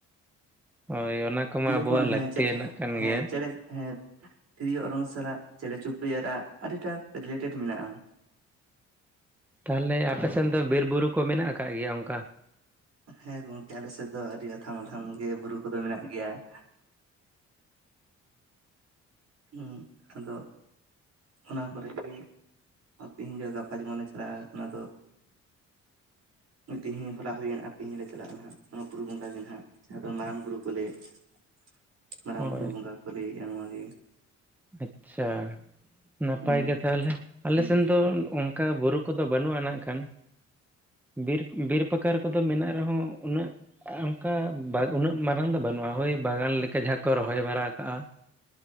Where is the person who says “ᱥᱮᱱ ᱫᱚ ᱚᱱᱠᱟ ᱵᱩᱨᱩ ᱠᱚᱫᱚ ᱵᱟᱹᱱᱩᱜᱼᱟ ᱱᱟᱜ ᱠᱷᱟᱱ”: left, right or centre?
Centre